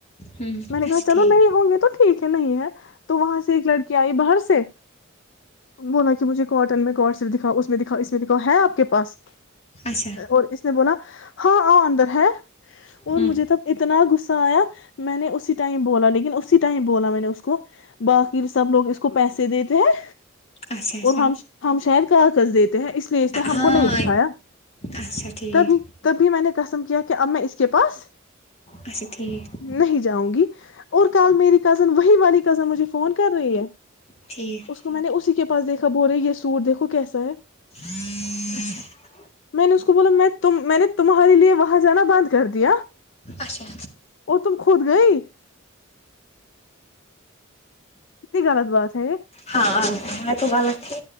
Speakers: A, on the left; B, on the left.
A: ہوں
B: میں نے
A: اچھا
B: کہا چلو
A: ٹھیک
B: نہیں ہوں گے تو ٹھیک ہے نہیں ہے تو وہاں سے ایک لڑکی آئی باہر سے بولا کہ مجھے کاٹن میں کڈ صرف دکھاؤ اس میں دکھا اس میں دکھاؤ ہے آپ کے پاس
A: اچھا
B: اور اس نے بولا ہاں ا اندر ہے اور
A: ہوں
B: مجھے تب اتنا گغصہ سایاں میں نے اسی ٹائم بولا لیکن اسی ٹائم بولا میں نے اس کو باقی سب لوگ اس کو پیسے دیتے ہیں
A: اچھا اچھا
B: اور ہم ہم شاید کا کذ دیتے ہیں اس لیے اس نے ہم
A: ہاں
B: کو نہیں دکھایا
A: اچھا ٹھیک
B: تبھی تبھی میں نے کسم کیا کہ اب میں اس کے پاس
A: اچھا ٹھیک
B: نہیں جاؤں گی اور کل میری کزن ی والی کزن مجھے فون کر رہی ہے
A: ٹھیک
B: اس کو میں نے اسی کے پاس دیکھا ب ہو رہے یہ سوٹ دھو کیسا ہے
A: ہاں
B: میں نے اس کو بولا میں تم میں نے تمہارے لیے وہاں جانا بند کر دیا
A: اچھا
B: اور تم خود گئی کتنی غلط بات ہے یہ
A: ہاں ب تو بالوچھی